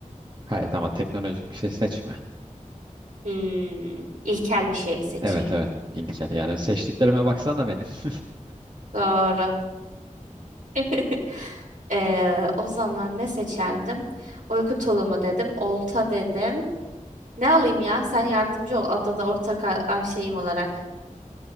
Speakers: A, on the right (about 35°); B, on the right (about 75°).
A: Hayır ama teknolojik bir şey seçme.
B: Hmm, ilkel bir şey seçeyim.
A: Evet evet İlker yani seçtiklerime baksana benim. <laughs>
B: Doğru. <laughs> Ee, o zaman ne seçerdim? Uyku tulumu dedim, olta dedim. Ne alayım ya? Sen yardımcı ol adada ortak ar- ar- şeyim olarak.